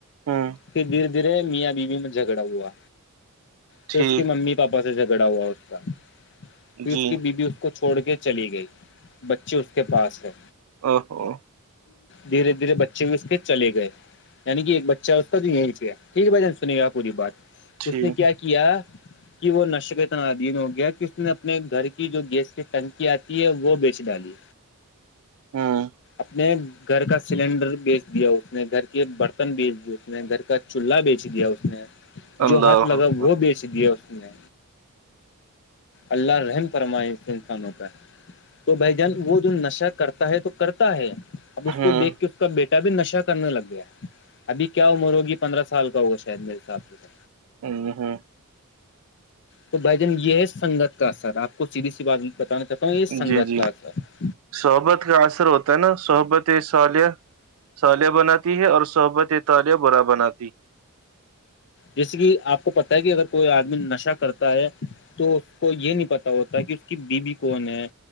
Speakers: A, on the right; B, on the left.
A: ہوں
B: کہ دھیرے دھیرے میاں بیوی میں جھگڑا ہوا پھر
A: ٹھیک
B: اس کی ممی پاپا سے جھگڑا ہوا اس کا پھر
A: جی
B: اس کی بیی اس کو چھوڑ کے چلی گئی بچی اس کے پاس ہے
A: <unintelligible>
B: دھیرے دھیرے بچے بھی اس کے چلے گئے یعنی کہ ایک بچہ ہے اس کا تو یہ پ ٹھیک ہے بھائی جان سنے گا پوری بات
A: ٹھیک
B: اس نے کیا کیا کہ وہ نشے کے تنادین ہو گیا کہ اس اپنے گھر کی جو گیس کی ٹنکی آتی ہے وہ بیچ ڈالی
A: ہوں
B: اپنے گھر کا سلینڈر بیچ دیا اس نے گھر کے برتن بیچ دییا اس نے گھر کا چولہا بیچ دیا اس نے
A: اللہ
B: جو ہاتھ لگا وہ بیچ دیا اس نے اللہ رحم فرمائے انسان ہوتا ہے تو بھائی جان وہ جو نشہ کرتا ہے تو کرتا ہے اب اس
A: ہوں
B: کو دیکھ کے اس کا بیٹا بھی نشا کرنے لگ گیا ہے ابھی کیا عمر ہوگی پندرہ سال کا ہوگا شاید میرے حساب سے
A: ا ہاں
B: تو بھائی جان یہ ہے سگت کا اثر آپ کو سیدھی سی بات بتانا چاہتا ہوں یہ سگت
A: جی جی
B: کا اثر
A: صحبت کا اثر ہوتا ہے نا صحبت یہ صالح صالیہ بنات ہے اور صحبت طال برا بناتی
B: جیسے کہ آپ کو پت ہے کہ اگر کوئی آدمی نشہ کرتا ہے تو اس کو یہ نہیں پتا ہوتا کہ اس کی بیوی کون ہے